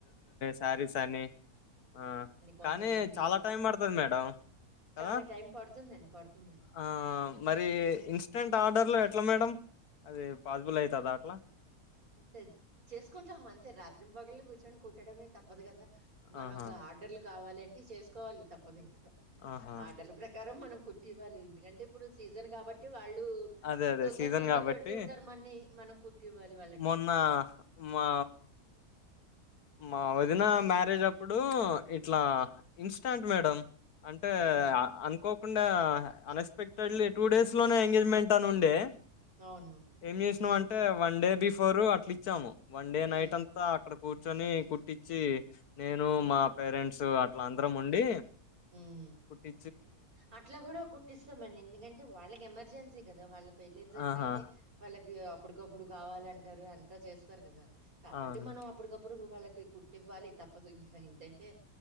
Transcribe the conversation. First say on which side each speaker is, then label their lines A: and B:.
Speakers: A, on the left; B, on the right.
A: సారీస్ అని ఆ
B: కొంతమంది
A: కానీ చాలా టైం పడతది మేడం కదా
B: చాలా టైం పడుతుందండి. పడుతుందండి.
A: ఆ మరి ఇన్స్టెంట్ ఆర్డర్లు ఎట్లా మేడం అదే పాసిబుల్ అయితదా అట్లా
B: తే చేసుకుంటాం అంతే రాత్రిం పగల్లు కూర్చొని కుట్టడమే తప్పదు కదా మనం
A: ఆహా!
B: గా ఆర్డర్లు కావాలని అయితే చేసుకోవాలి తప్పదు ఇంకా
A: ఆహా!
B: ఆర్డర్ల ప్రకారం మనం కుట్టి ఇవ్వాలి ఎందుకంటే ఇప్పుడు సీజన్ కాబట్టి వాళ్ళు
A: అదే. అదే.
B: తొందర
A: సీజన్
B: తొందర
A: గాబట్టి
B: పెడుతుంటారు మనన్ని మనం కుట్టివ్వాలి వాళ్ళ
A: మొన్న మా మా వదిన మ్యారేజ్ అప్పుడు ఇట్లా ఇన్స్టాంట్ మేడం అంటే
B: ఉమ్
A: అనుకోకుండా అన్ఎక్స్పెక్టెడ్లీ టూ డేస్ లోనే ఎంగేజ్మెంట్ అనుండే
B: అవును
A: ఎం చేసిన అం టే వన్ డే బిఫోరు అట్లిచ్చాము వన్ డే నైట్
B: ఉమ్
A: అంతా అక్కడ కూర్ ర్చొని కుట్టిచ్చి నేను మా పేరెంట్స్ అట్లా అందరం ఉండి
B: ఉమ్
A: కుట్టి
B: అట్లా గూడా కుట్టిస్తామండి ఎందుకంటే వాళ్ళకెమర్జెన్సీ గదా వాళ్ళక్ పెళ్లిళ్ల సీజన్
A: ఆహా
B: అంటే వాళ్ళ గా అప్పుడుకప్పుడు కావాలంటారు అంతా చేస్తారు కదా కాబట్టి
A: అవును
B: మనం అప్పుడకప్పుడు వాళ్ళ కీ కుట్టివ్వాలి తప్పద్ ఇంకా ఏంటంటే